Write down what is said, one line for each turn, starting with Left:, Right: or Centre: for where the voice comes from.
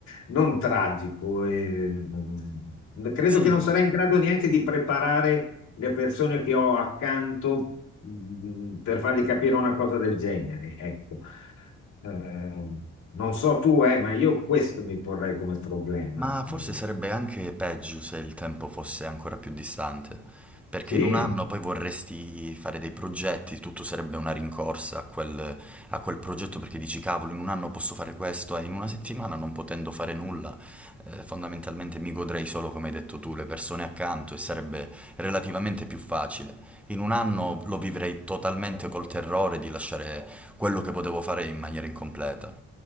Left: non tragico. e, mm, credo
Centre: Sì,
Left: che non sarei in grado neanche di preparare le persone che ho accanto, mm, per fargli capire una cosa del genere. Ecco. Eh, non so tu, eh, ma io questo mi porrei come problema.
Centre: Ma forse
Left: Eh,
Centre: sarebbe anche peggio se il tempo fosse ancora più distante, perché
Left: sì,
Centre: in un anno poi vorresti fare dei progetti, tutto sarebbe una rincorsa a quel, a quel progetto perché dici cavolo, in un anno posso fare questo, e in una settimana non potendo fare nulla, eh, fondamentalmente mi godrei solo, come hai detto tu, le persone accanto e sarebbe relativamente più facile. In un anno lo vivrei totalmente col terrore di lasciare quello che potevo fare in maniera incompleta.